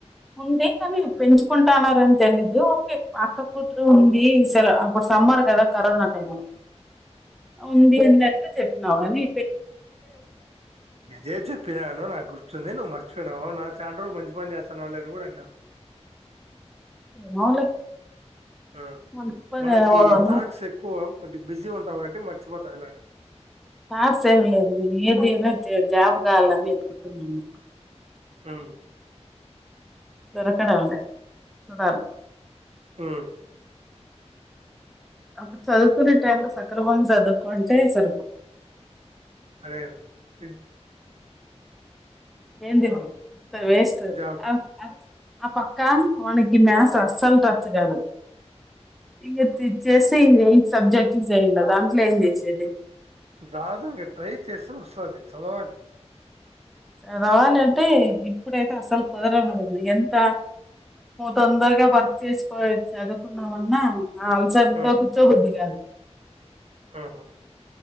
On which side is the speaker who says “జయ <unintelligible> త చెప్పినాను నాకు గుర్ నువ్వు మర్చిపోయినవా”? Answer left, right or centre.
Right